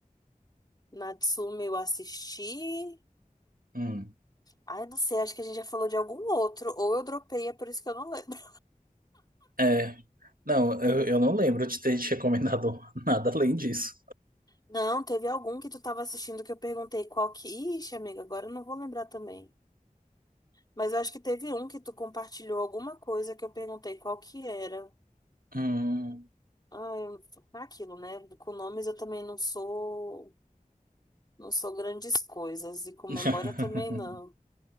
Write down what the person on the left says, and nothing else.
Natsume eu assisti.
Ai, não sei, acho que a gente já falou de algum outro, ou eu dropei, é por isso que eu não lembro.
Não, teve algum que tu tava assistindo que eu perguntei qual que. Ixi, amiga, agora eu não vou lembrar também. Mas eu acho que teve um que tu compartilhou alguma coisa que eu perguntei qual que era.
Ah, eu... é aquilo, né? Com nomes eu também não sou. Não sou grandes coisas. E com
memória também não.